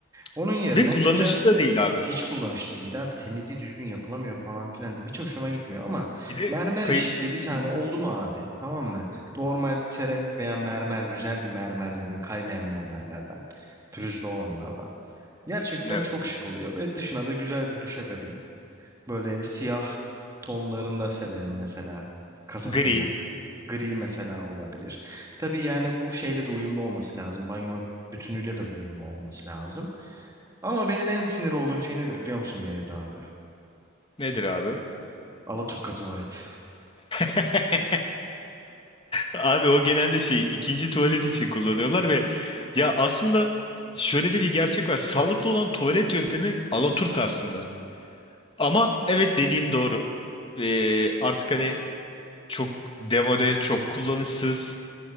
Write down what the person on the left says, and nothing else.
<laughs>
Ve kullanışlı
da değil abi.
Bir de
kayıp.
Hı hı.
Evet.
Gri.
Nedir abi?
<laughs> Abi o genelde şey ikinci tuvalet için kullanıyorlar ve ya aslında şöyle de bir gerçek var. Sağlıklı olan tuvalet yöntemi alaturk aslında. Ama evet dediğin doğru. Ee, artık hani çok demode, çok kullanışsız.